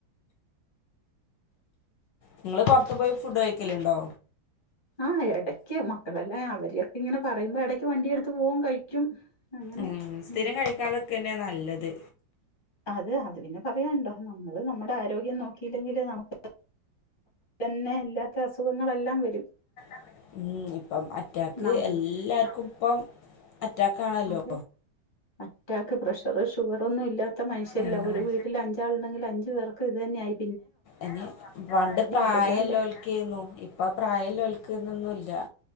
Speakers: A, on the left; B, on the left.
A: നിങ്ങള് പുറത്ത് പോയി ഫുഡ് കഴിക്കലേണ്ടോ
B: ആഹ് ഇടയ്ക്ക് മക്കളെല്ലാം അവരൊക്കെ ഇങ്ങനെ പറയുമ്പോ ഇടക്ക് വണ്ടി എടുത്ത് പോകും കഴിക്കും അങ്ങനെ
A: ഉം സ്ഥിരം
B: ഉം
A: കഴിക്കാതൊക്കെന്നെ നല്ലത്
B: അത അത് പിന്നെ പറയാനുണ്ടോ നമ്മള് നമ്മുടെ ആരോഗ്യം നോക്കി ക്കല്ലെങ്കിൽ നമുക്ക് തന്നെ ഇല്ലാത്ത അസുഖങ്ങളെല്ലാം വരും
A: ഉം <unintelligible> ഇപ്പം അറ്റാക്ക്
B: നം
A: എല്ലാർക്കും ഇപ്പം അറ്റാക്ക്ണല്ലോ
B: അതെ അറ്റാക്ക് പ്രഷർ ഷുഗർ ഒന്നും ഇാത്ത മനുഷ്യരില്ല
A: ആഹ്
B: ഒരു വീട്ടിൽ അഞ്ചാൾ ഉണ്ടെങ്കിൽ അഞ്ചു പേർക്ക് ഇത്ന്നെ ആയി
A: ഇനി പണ്ട് പ്രായമല്ലോൽക്കുന്നു
B: ഇതെല്ലാം അല്ലേ
A: ഇപ്പൊ പ്രായല്ലൽക്ക അൊന്നുമില്ല